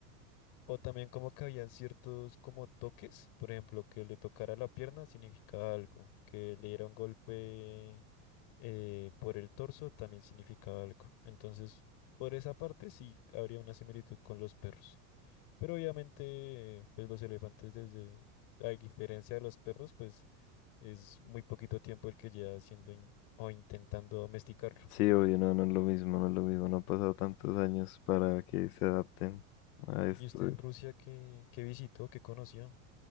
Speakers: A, on the left (about 55°); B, on the left (about 75°).
A: O también como que habían ciertos como toques, por ejemplo, que le tocara la pierna significaba algo, que le diera un golpe eh, por el torso también significaba algo. Entonces, por esa parte sí habría una similitud con los perros. Pero obviamente, pues los elefantes desde, a diferencia de los perros, pues es muy poquito tiempo el que lleva haciendo in- o intentando domesticar
B: sí, obvio, no, no es lo mismo, no es lo mismo, no han pasado tantos años para que se adapten a esto.
A: ¿Y usted en Rusia qué, qué visitó, qué conoció?